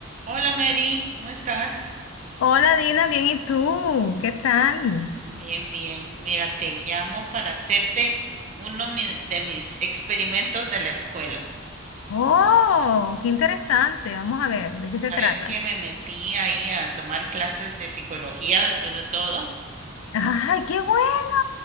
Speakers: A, on the right; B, on the left.
A: Hola Mary, ¿cómo estás?
B: Hola Dina, bien, ¿y tú? ¿Qué tal?
A: Bien, bien. Mira, te llamo para hacerte uno mi- de mis experimentos de la escuela.
B: Oh, qué interesante. Vamos a ver, ¿de qué se
A: ¿Sabes
B: trata?
A: que me metí ahí a tomar clases de psicología después de todo?
B: <laughs> ¡Ay, qué bueno!